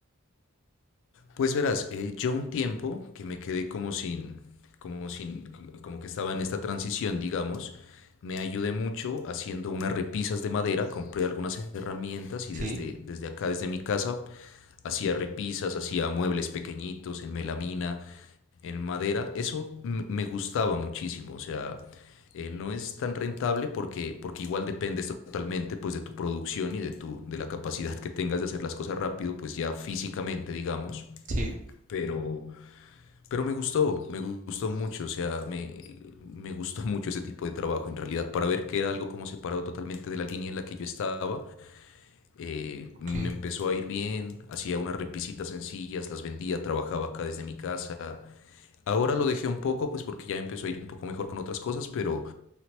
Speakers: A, on the left (about 60°); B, on the right (about 35°).
A: Pues verás, eh, yo un tiempo que me quedé como sin, como sin, como que estaba en esta transición, digamos, me ayudé mucho haciendo unas repisas de madera, compré algunas herramientas y
B: Sí,
A: desde, desde acá, desde mi casa, hacía repisas, hacía muebles pequeñitos en melamina, en madera. Eso m- me gustaba muchísimo, o sea, eh, no es tan rentable porque, porque igual dependes totalmente pues de tu producción y de tu, de la capacidad que tengas de hacer las cosas rápido, pues ya físicamente, digamos.
B: sí,
A: Pero, pero me gustó, me gustó mucho, o sea, me, me gustó mucho ese tipo de trabajo en realidad, para ver que era algo como separado totalmente de la línea en la que yo estaba. eh,
B: ok.
A: me empezó a ir bien, hacía unas repisitas sencillas, las vendía, trabajaba acá desde mi casa. Ahora lo dejé un poco, pues porque ya empezó a ir un poco mejor con otras cosas, pero,